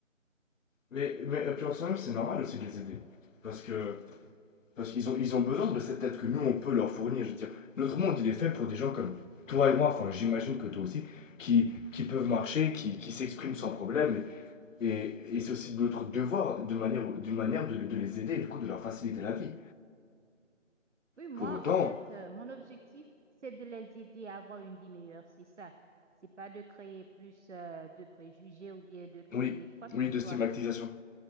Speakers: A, on the left; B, on the right.
A: Mais, mais euh, puis en soi-même, c'est normal aussi de les aider. Parce que Parce qu'ils ont, ils ont besoin de cette aide que nous, on peut leur fournir. Je veux dire, notre monde, il est fait pour des gens comme toi et moi, enfin, j'imagine que toi aussi, qui, qui peuvent marcher, qui, qui s'expriment sans problème. Et, et c'est aussi notre devoir, de manière, d'une manière, de, de les aider et du coup de leur faciliter la vie.
B: Oui, moi,
A: Pour autant,
B: en fait, euh, mon objectif, c'est de les aider à avoir une vie meilleure, c'est ça. C'est pas de créer plus, euh, de préjugés ou bien de créer
A: oui,
B: quoi que
A: oui,
B: ce
A: de
B: soit.
A: stigmatisation.